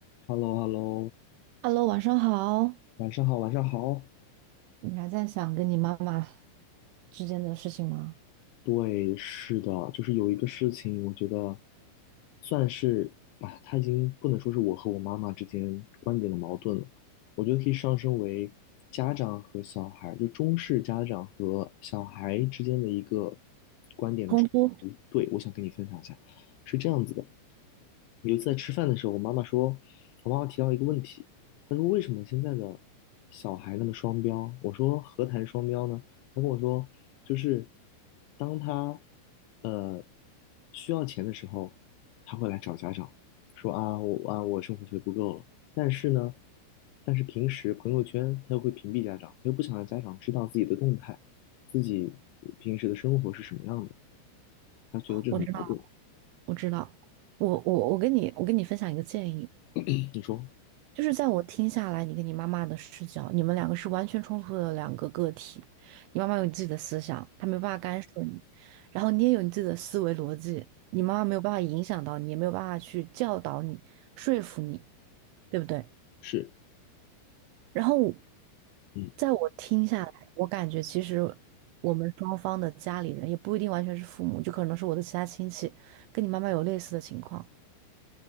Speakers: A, on the left; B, on the right.
A: h e l l o h e l l o
B: Hello，晚上好。
A: 晚上好，晚上好。
B: 你还在想跟你妈妈之间的事情吗？
A: 对，是的，就是有一个事情，我觉得算是啊，它已经不能说是我和我妈妈之间观点的矛盾了，我觉得可以上升为家长和小孩，就中式家长和小孩之间的一个观点的冲突。
B: 冲突，
A: 对，我想跟你分享一下，是这样子的，有一次在吃饭的时候，我妈妈说，我妈妈提到一个问题，她说为什么现在的小孩那么双标？我说何谈双标呢？他跟我说，就是当他呃需要钱的时候，他会来找家长说啊，我啊我生活费不够了。但是呢，但是平时朋友圈他又会屏蔽家长，他又不想让家长知道自己的动态，自己平时的生活是什么样的，他觉得这很矛盾。
B: 我知道，我知道。我我我跟你我跟你分享一个建议，
A: 你说
B: 就是在我听下来，你跟你妈妈的视角，你们两个是完全冲突的两个个体。你妈妈有你自己的思想，她没有办法干涉你，然后你也有你自己的思维逻辑，你妈妈没有办法影响到你，也没有办法去教导你、说服你，对不对？
A: 是？
B: 然后，
A: 嗯。
B: 在我听下来，我感觉其实我们双方的家里人也不一定完全是父母，就可能是我的其他亲戚，跟你妈妈有类似的情况。